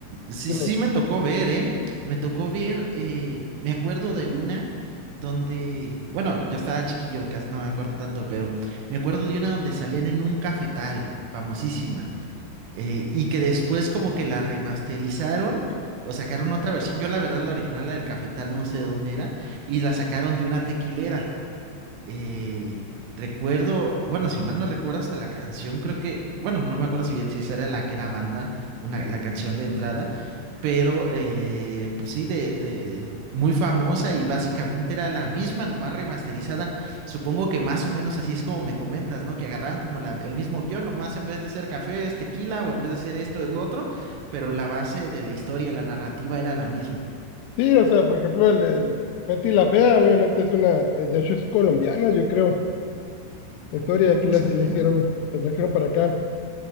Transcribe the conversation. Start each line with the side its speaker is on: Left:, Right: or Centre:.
Right: sí,
Left: dime,
Right: sí me tocó ver, ¿eh? Me tocó ver, eh, me acuerdo de una donde, bueno, yo estaba chiquillo, cas- no me acuerdo tanto, pero me acuerdo de una donde salían en un cafetal, famosísima, eh, y que después como que la remasterizaron o sacaron otra versión. Yo la verdad la original, la del cafetal, no sé de dónde era, y la sacaron de una tequilera. Eh, recuerdo, bueno, si mal no recuerdo, hasta la canción, creo que, bueno, no me acuerdo si bien si esa era la que era banda, una, la canción de entrada, pero eh, pues sí, de, de muy famosa y básicamente era la misma, nomás remasterizada. Supongo que más o menos así es como me comentas, ¿no? Que agarraban como la, el mismo guión, nomás en vez de ser café es tequila o en vez de ser esto es lo otro, pero la base de la historia, la narrativa era la misma.
Left: sí, o sea, por ejemplo, el, el Betty la Fea, obviamente es una, eh, de hecho es colombiana, yo creo la
Right: Oh,
Left: historia y aquí
Right: no
Left: la,
Right: sabía.
Left: la hicieron, la trajeron para acá.